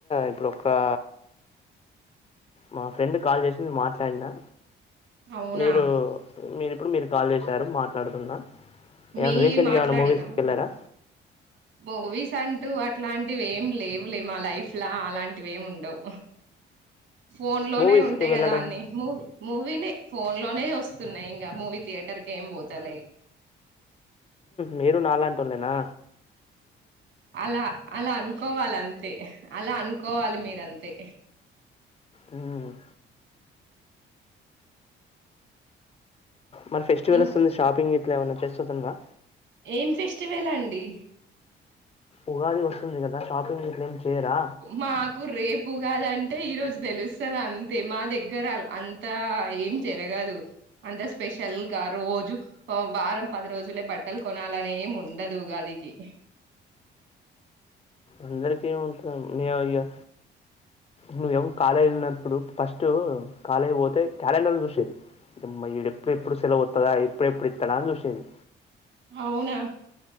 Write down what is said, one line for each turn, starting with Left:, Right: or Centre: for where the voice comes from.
Left: ఇప్పుడొక్కా మా ఫ్రెండ్ కాల్ చేసి మీ మాట్లాడినా
Right: అవునా
Left: మీరు మీరు ఇప్పుడు మీరు కాల్ చేసారు మాట్లాడుతున్నా ఏమైనా
Right: మీ
Left: రీసెంట్గా
Right: మాట్లాడరా
Left: ఏమైనా మూవీస్కి
Right: మరి
Left: వెళ్ళారా
Right: బవిస్ అంటూ అట్లాంటివి ఏం లేవులే మా లైఫ్ లా అలాంటివి ఏమి ఉండవు ఫోన్ లోనే
Left: మూవీస్కి
Right: ఉంటాయి
Left: వెళ్ళడం
Right: కదా అన్ని మూవీ మూవీనే ఫోన్ లోనే వస్తున్నాయి ఇంకా మూవీ థియేటర్ క ఏంపోతల
Left: మీరు నాలాంటి ఉన్నానా
Right: అలా అలా అనుకోవాలి అంతే అలా అనుకోవాలి మీర అంతే
Left: ని మరి ఫెస్టివల్
Right: ఇం
Left: వస్తుంది షాపింగ్ ఇట్లా ఏమైన్నా చేస్తుగా
Right: ఏం ఫెస్టివల్ అండి
Left: ఉగాది వస్తుంది కదా షాపింగ్ ఇట్లా ఏం చేయరా
Right: మాకు రేపు ఉగాది అంటే ఈ రోజు తెలుస్తుంది అంతే మా దగ్గర దగ్గరాలు అంతా ఏం జరగదు అంత స్పెషల్ గా రోజు వారం పది రోజులే బట్టలు కొనాలనేం ఉండదు ఉగాదికి
Left: అందరికి నయ్యా నువ్వేమ కాలేజీ ఉన్నప్పుడు ఫస్ట్ కాలేజీ పోతే క్యాలెండర్ చూసేది ఇమడు ఎప్పుడు ఎప్పుడు సెవ తుదా ఎప్పుడు ఎప్పుడు ఇస్తాడా అ విషయంనే
Right: అవునా